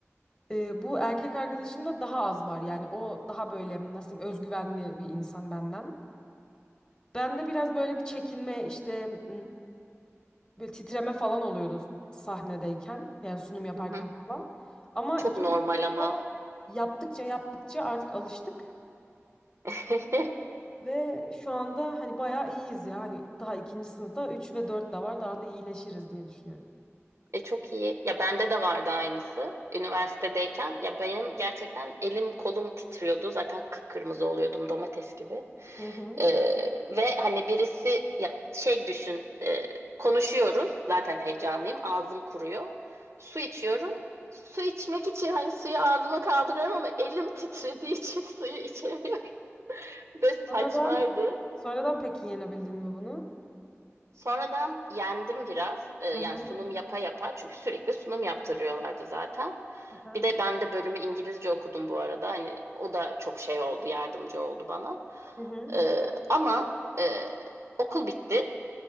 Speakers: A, on the left (about 20°); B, on the right (about 75°).
A: E, bu erkek arkadaşımda daha az var yani o daha böyle nasıl diyeyim özgüvenli bir insan benden. Ben de biraz böyle bir çekinme işte Böyle titreme falan oluyordu sahnedeyken. Yani sunum yaparken
B: Hı hı.
A: falan. Ama
B: Çok
A: ikimiz
B: normal ama.
A: de yaptıkça yaptıkça artık alıştık.
B: <laughs>
A: Ve şu anda hani bayağı iyiyiz ya. Hani daha ikinci sınıfta 3 ve 4 de var. Daha da iyileşiriz diye düşünüyorum.
B: E çok iyi. Ya bende de vardı aynısı. Üniversitedeyken ya benim gerçekten elim kolum titriyordu. Zaten kıpkırmızı oluyordum domates gibi.
A: Hı hı.
B: Ee, ve hani birisi ya şey düşün e, konuşuyoruz. Zaten heyecanlıyım. Ağzım kuruyor. Su içiyorum. Su içmek için hani suyu ağzıma kaldırıyorum ama elim titrediği için <laughs> suyu içemiyorum. Ve
A: Sonradan
B: saçmaydı.
A: sonradan peki yenebildin mi bunu?
B: Sonra ben yendim biraz. Ee, yani
A: Hı hı.
B: sunum yapa yapa çünkü sürekli sunum yaptırıyorlardı zaten.
A: Aha.
B: Bir de ben de bölümü İngilizce okudum bu arada. Hani o da çok şey oldu, yardımcı oldu bana.
A: Hı hı.
B: Ee, ama e, okul bitti.